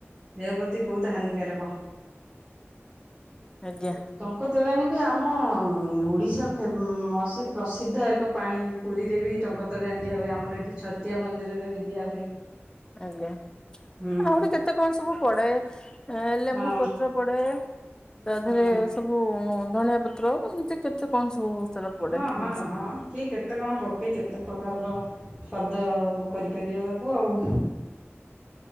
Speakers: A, on the right (about 15°); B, on the left (about 15°).
A: ଦେହ ପ୍ରତି ବହୁତ ହାନିକାରକ।
B: ଆଜ୍ଞା।
A: ଢଙ୍କ ତୋରାଣୀ ବି ଆମ ଓଡ଼ିଶାର ଫେ ପ୍ରସିଦ୍ଧ ଏକ ପାଣି। ପୁରୀରେ ବି ଢଙ୍କତେ ଟାଣି ଦିଆ ହୁଏ। ଆମର ଏଠି ଛତିଆ ମନ୍ଦିରରେ ବି ଦିଆ ହୁଏ।
B: ଆଜ୍ଞା
A: ହୁଁ
B: ଆହୁରି କେତେ କଣ୍ ସବୁ ପଡେ ଲେମ୍ବୁ
A: ହଁ
B: ପତ୍ର। ପଡେ ତା
A: ହୁଁ
B: ଦେହରେ ସବୁ ଧଣିଆ ପତ୍ର କେମିତି କେତେ କଣ ସବୁ ସାରା ପଡେ
A: ହଁ
B: ଜିନିଷ।
A: ହଁ ହଁ କିଏ କେତେ କଣ ପକ୍ଷୀ କେତେ ପ୍ରକାରର ସ୍ଵାଦ କରିପାରିବା ତାକୁ ଆଉ।